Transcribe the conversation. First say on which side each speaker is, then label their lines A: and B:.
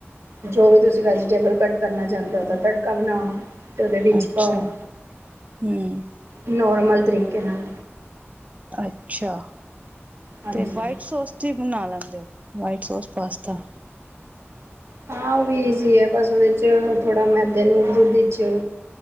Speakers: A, on the right; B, on the right.
A: ਜੋ ਵੀ ਤੁਸੀਂ ਵੈਜੀਟੇਬਲ ਕੱਟ ਕਰਨਾ ਚਾਹੁੰਦੇ ੳ ਉਹਦਾ ਤੜਕਾ ਬਨਾਓ। ਤੇ ਉਹਦੇ ਵਿੱਚ
B: ਅੱਛਾ
A: ਪਾਓ
B: ਹਮ
A: ਨੋਰਮਲ ਤਰੀਕੇ ਨਾਲ
B: ਅੱਛਾ
A: ਹਾਂਜੀ
B: ਤੇ ਵਾਈਟ
A: ਹਾਂ
B: ਸੋਸ ਤੁਸੀਂ ਬਨਾ ਲੈਂਦੇ ੳ ਵਾਈਟ ਸੋਸ ਪਾਸਤਾ
A: ਹਾਂ ਉਹ ਵੀ ਇਜ਼ੀ ਏ ਬਸ ਉਹਦੇ 'ਚ ਥੋੜ੍ਹਾ ਮੈਦੇ ਨੂੰ ਦੁੱਧ ਚ